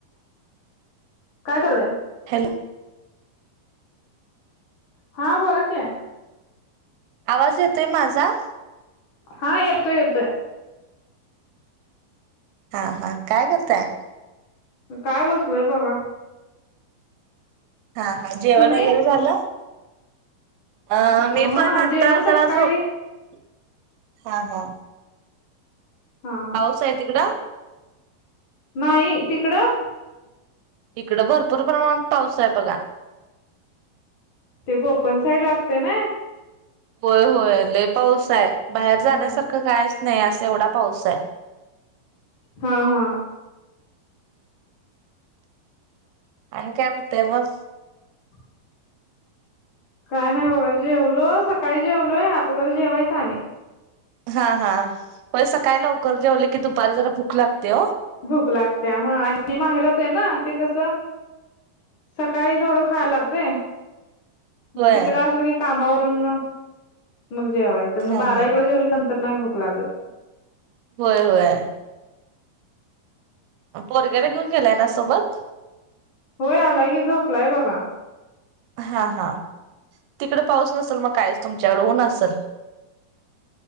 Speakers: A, on the left (about 75°); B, on the right (about 85°).
A: काय झालंय?
B: <unintelligible>
A: हा बोला की.
B: आवाज येतोय माझा?
A: हा येतोय येतोय.
B: हा हा काय करताय?
A: काय बसलोय बघा.
B: हा हा जेवण
A: तुम्ही
B: वगैरे झालं? आ मी
A: हा
B: पण आता
A: जेवण सकाळी
B: जरा झोप हा हा.
A: हा हा
B: पाऊस आहे तिकडं.
A: नाही तिकडं.
B: इकडं भरपूर प्रमाणात पाऊस आहे बघा.
A: ते कोकण साइड लागते नाय.
B: होय होय लय पाऊस आहे, बाहेर जाण्यासारखं
A: हा
B: कायच नाही असा एवढा पाऊस आहे.
A: हा हा,
B: आणि काय म्हणताय मग.
A: ह <inaudible> काय नाही बगा जेवलो सकाळी जेवलोय आता जरा जेवायचं आणि.
B: हा हा, होय सकाळी लवकर जेवल की, दुपारी जरा भूक लागत्या हो.
A: भूक लागते ह आणि माहेरात आहे ना ते कसं. सकाळी थोडं खायला लागतंय.
B: होय
A: मग तिकड असल की, काम आवरून मग जेवायच. त
B: हा
A: मग बारा
B: हा
A: एकला जेवल कि नंतर नाही भूक लागत.
B: होय होय, पोरग्याला घेऊन गेलाय ना सोबत.
A: होय आलाय की, झोपलाय बघा.
B: हा हा, तिकडे पाऊस नसल मग कायच तुमच्याकड ऊन असल.